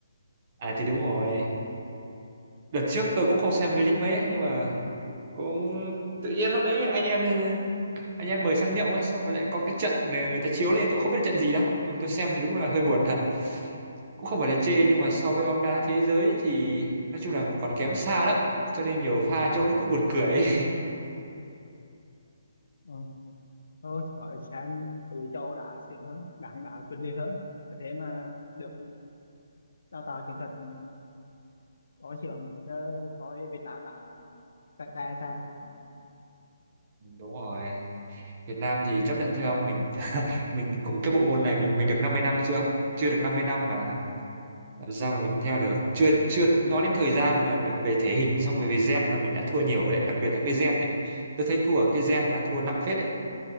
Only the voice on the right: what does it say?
À thì đúng rồi. Đợt trước tôi cũng không xem V-League mấy ấy, nhưng mà cũng tự nhiên lúc đấy anh em anh em mời sang nhậu ấy xong rồi lại có cái trận này người ta chiếu lên tôi không biết là trận gì đâu, nhưng mà tôi xem thì đúng là hơi buồn thật. cũng không phải là chê nhưng mà so với bóng đá thế giới thì nói chung là còn kém xa lắm cho nên nhiều pha trông nó cứ buồn cười ấy.
<laughs> đúng rồi Việt Nam thì chấp nhận theo ông mình <laughs> mình cũng cái bộ môn này mình mình được 50 năm chưa chưa được 50 năm mà làm sao mà mình theo được chưa chưa nói đến thời gian mà là về thể hình xong rồi về gen là mình đã thua nhiều đấy đặc biệt là cái gen đấy tôi thấy thua ở cái gen là thua nặng phết đấy